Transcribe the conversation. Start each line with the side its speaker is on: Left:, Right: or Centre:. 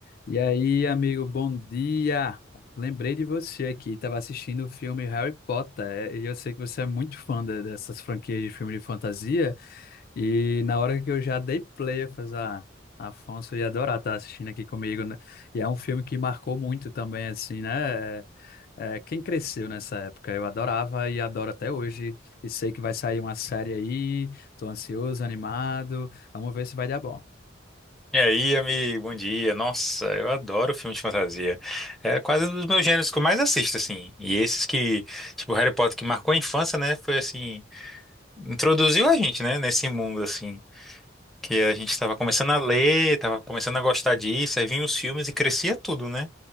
Left: E aí, amigo, bom dia! Lembrei de você aqui, estava assistindo o filme Harry Potter, é, e eu sei que você é muito fã de- dessas franquias de filme de fantasia, e na hora que eu já dei play, eu falei, ah, Afonso ia adorar estar assistindo aqui comigo, né? E é um filme que marcou muito também, assim, né? É, é, quem cresceu nessa época, eu adorava e adoro até hoje, e sei que vai sair uma série aí, tô ansioso, animado, vamos ver se vai dar bom.
Centre: E aí, amigo, bom dia. Nossa, eu adoro filme de fantasia. É quase um dos meus gêneros que eu mais assisto, assim. E esses que, tipo, Harry Potter, que marcou a infância, né? Foi assim, introduziu a gente, né? Nesse mundo, assim. Que a gente tava começando a ler, tava começando a gostar disso, aí vinham os filmes e crescia tudo, né?